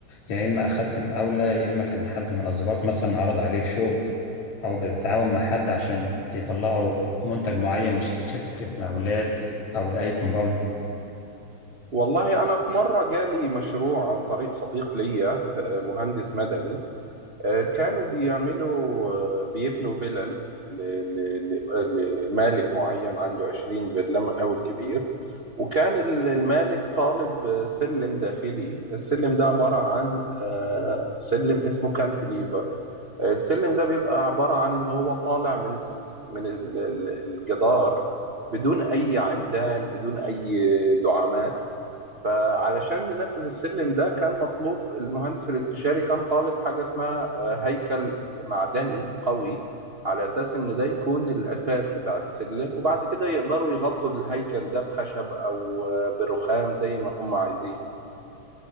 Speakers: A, on the left; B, on the right.
A: يا اما اخدت مقاوله يا اما كان حد من اصدقائك مثلا عرض عليك شغل او بتتعاون مع حد عشان تطلعوا منتج معين لشركه مقاولات او لاي كومباوند
B: والله أنا في مرة جالي مشروع عن طريق صديق ليا آه، مهندس مدني آه، كانوا بيعملوا آه، بيبنوا فيلل ل- ل- ل- لمالك معين عنده 20 فيلا مقاول كبير وكان ال- المالك طالب سلم داخلي السلم ده عبارة عن آه، سلم اسمه كانتليفر السلم ده بيبقى عبارة عن إن هو طالع من الس- من ال- ال- الجدار بدون أي عمدان بدون أي دعامات فعلشان ننفذ السلم ده كان مطلوب المهندس الاستشاري كان طالب حاجة اسمها آه، هيكل معدني قوي على أساس إن ده يكون الأساس بتاع السلم وبعد كده يقدروا يغطوا الهيكل ده بخشب أو آه، برخام زي ما هم عايزين